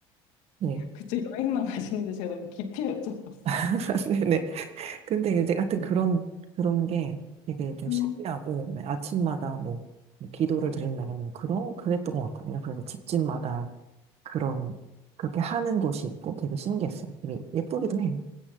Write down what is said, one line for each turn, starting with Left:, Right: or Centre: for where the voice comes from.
Right: 네.
Left: 그쵸. 여행만 가시는데 제가 너무 깊이 여쭤봤어요.
Right: <laughs> 네네. 근데 이제 하여튼 그런, 그런 게 되게 좀
Left: 음.
Right: 신기하고 네, 아침마다 뭐 기도를 드린다거나 뭐 그런, 그랬던 것 같거든요. 그래서 집집마다 그런, 그렇게 하는 곳이 있고 되게 신기했어요. 되게 예쁘기도 해요.